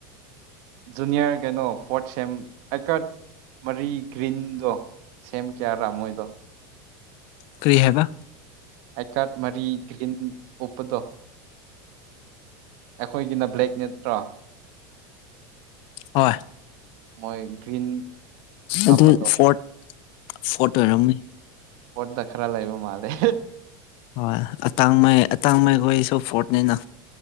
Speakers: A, on the right; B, on the left.
A: ꯖꯨꯅꯤꯌꯔ ꯀꯩꯅꯣ ꯐꯣꯔꯠ ꯁꯦꯝ ꯑꯥꯏꯀ꯭ꯔꯥꯠ ꯃꯔꯤ ꯒ꯭ꯔꯤꯟꯗꯣ ꯁꯦꯝ ꯀꯌꯥꯔꯥ ꯃꯣꯏꯗꯣ
B: ꯀ꯭ꯔꯤ ꯍꯥꯏꯕ
A: ꯑꯥꯏꯀꯥꯠ ꯃꯔꯤ ꯒ꯭ꯔꯤꯟ ꯎꯞꯄꯗꯣ ꯑꯩꯈꯣꯏꯒꯤꯅ ꯕ꯭ꯂꯦꯛ ꯅꯠꯇ꯭ꯔꯣ
B: ꯍꯣꯏ
A: ꯃꯣꯏ ꯒ꯭ꯔꯤꯟ ꯍꯥꯞꯄꯗꯣ
B: ꯑꯗꯨ ꯐꯣꯔ꯭ꯠ ꯐꯣꯔ꯭ꯠ ꯑꯣꯏꯔꯝꯅꯤ
A: ꯐꯣꯔ꯭ꯠꯇ ꯈꯔ ꯂꯩꯕ ꯃꯥꯜꯂꯦ
B: ꯍꯣꯏ ꯑꯇꯥꯡꯃꯩ ꯑꯇꯥꯡꯃꯩꯈꯣꯏꯁꯨ ꯐꯣꯔ꯭ꯠꯅꯤꯅ